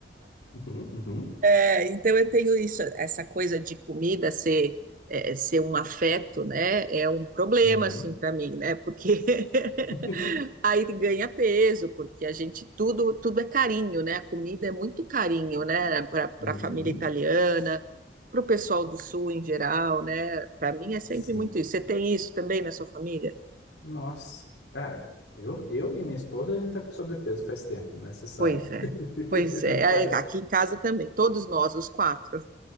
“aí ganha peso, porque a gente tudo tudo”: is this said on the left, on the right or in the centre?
Right